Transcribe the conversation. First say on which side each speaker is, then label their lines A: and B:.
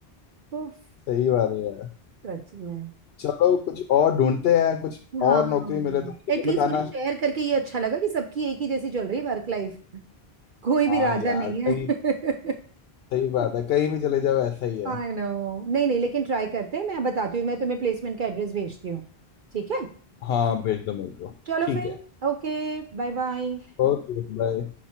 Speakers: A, on the right (about 60°); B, on the left (about 70°).
A: उफ
B: <laughs> सही बात है यार
A: सच में
B: चलो कुछ और ढूंढते हैं कुछ और
A: हाँ
B: नौकरी मिले तो मुझे
A: एटलीस्ट
B: भी बताना
A: मुझे शेयर करके ये अच्छा लगा कि सबकी एक ही जैसी चल रही है वर्क लाइफ कोई भी
B: हाँ
A: राजा
B: यार
A: नहीं
B: कहीं
A: है <laughs>
B: सही बात है कहीं भी चले जाओ ऐसा ही है
A: I know नहीं नहीं लेकिन ट्राई करते हैं मैं बताती हूँ मैं तुम्हें प्लेसमेंट का एड्रेस भेजती हूँ ठीक है
B: हाँ भेज दो मेरे को
A: चलो
B: ठीक
A: फिर
B: है
A: Okay bye bye
B: Okay bye